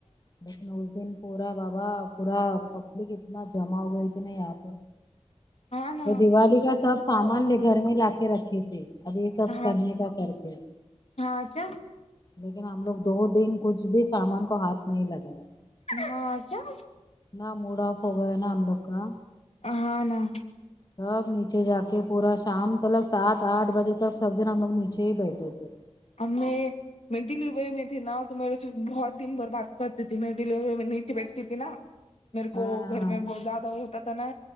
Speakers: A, on the left; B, on the left.
A: لیکن اس دن پورا بابا پورا پبلک اتنا جمع ہو گئی تھی نا یہاں پہ
B: ہاں نا
A: وہ دیوالی کا سب سامان گھر میں لا کے رکھے تھے اب یہ سب
B: ہاں
A: کرنے کا کرتے
B: ہاں کیا
A: لیکن ہم لوگ دو دن کچھ بھی سامان کو ہاتھ نہیں لگایا
B: ہاںچ <unintelligible>
A: نہ موڈ آف ہو گئے نا ہم لوگ کا
B: اہنا
A: سب نیچے جا کے پورا شام تلک سات آٹھ بجے تک سب جن ہم لوگ نیچے ہی بیٹھے تھے
B: ہمیں میں ڈلیوری میں تھی نا تو میرے سے بہت دن بھر بات کرتی تھی میں ڈیلیوری میں نیچے بیٹھتی تھی نا میرے
A: ہاں
B: کو
A: ہاں
B: گھر میں بہت زیادہ وہ ہوتا تھا نا